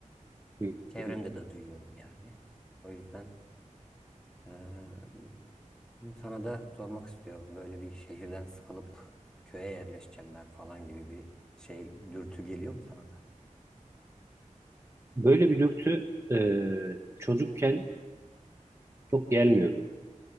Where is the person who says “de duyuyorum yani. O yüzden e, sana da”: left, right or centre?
Centre